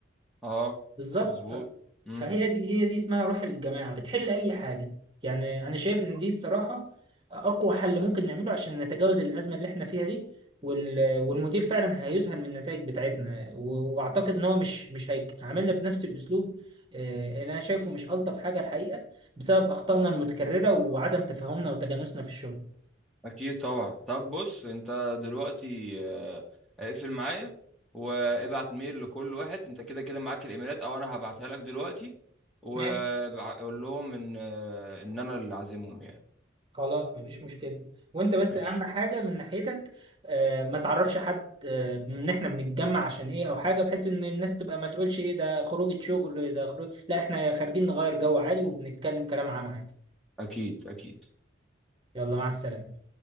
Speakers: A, in the centre; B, on the right.
A: اه
B: بالظبط
A: مظبوط
B: ف-
A: امم.
B: فهي دي هي دي اسمها روح الجماعة بتحل أي حاجة يعني أنا شايف إن دي الصراحة أقوى حل ممكن نعمله عشان نتجاوز الأزمة اللي إحنا فيها دي وال- والمدير فعلا هيذهل من النتائج بتاعتنا و- وأعتقد إن هو مش مش هيعاملنا بنفس الأسلوب آه، اللي أنا شايفه مش ألطف حاجة الحقيقة بسبب أخطائنا المتكررة وعدم تفاهمنا وتجانسنا في الشغل
A: اكيد طبعا طب بص انت دلوقتي آه، اقفل معايا وابعت ميل لكل واحد انت كده كده معاك الايميلات او انا هبعتها لك دلوقتي وقول
B: ماشي
A: لهم ان آه، ان انا اللي عازمهم يعني
B: خلاص مفيش مشكلة وانت بس
A: ماشي
B: اهم حاجة من ناحيتك آه ما تعرفش حد آه ان احنا بنتجمع عشان ايه او حاجة بحيث ان الناس تبقى ما تقولش ايه ده خروجة شغل ده خروج لا احنا خارجين نغير جو عادي وبنتكلم كلام عام عادي
A: اكيد اكيد
B: يلا مع السلامة